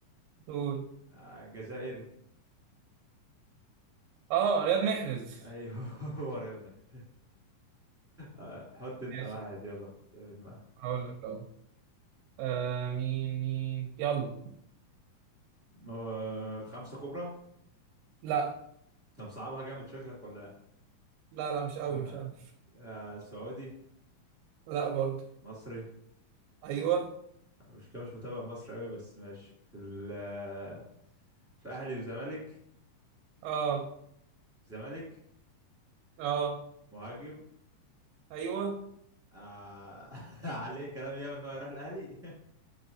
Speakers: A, on the right; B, in the centre.
A: قول
B: آه، الجزائري
A: اه رياض محرز
B: ايوه <laughs> هو رياض محرز آه، حط انت
A: <laughs> ماشي
B: واحد يلا في دماغك
A: هقول لك اهو آه مين مين يلا
B: هو في خمسة كبرى
A: لا
B: طب صعبها جامد شكلك ولا إيه؟
A: لا لا مش قوي
B: آه،
A: مش قوي
B: آه، سعودي
A: لا برضه
B: مصري
A: ايوه
B: مش كده مش متابع مصر قوي بس ماشي في ال- آه، في اهلي وزمالك
A: اه
B: في زمالك
A: اه
B: مهاجم
A: ايوه
B: آه... <laughs> عليه كلام ياما ان هو يروح الاهلي <laughs>